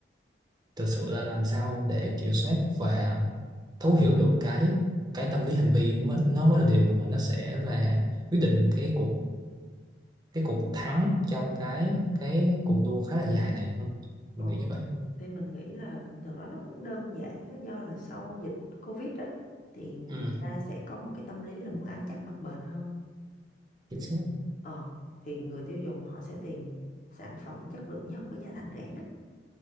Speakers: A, on the right; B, on the left.
A: thực sự là làm sao để kiểm soát và thấu hiểu được cái cái tâm lý hành vi nó mới nó mới là điều mà nó sẽ là quyết định cái cuộc cái cuộc thắng trong cái cái cuộc đua khá là dài này hơn
B: ok.
A: mình nghĩ như vậy
B: thì mình nghĩ là thật ra nó cũng đơn giản á, do là sau dịch Covid á thì người
A: ừ
B: ta sẽ có một cái tâm lý là muốn ăn chắc mặc bền hơn
A: chính xác
B: ờ thì người tiêu dùng họ sẽ tìm sản phẩm chất lượng nhất với giá thành rẻ nhất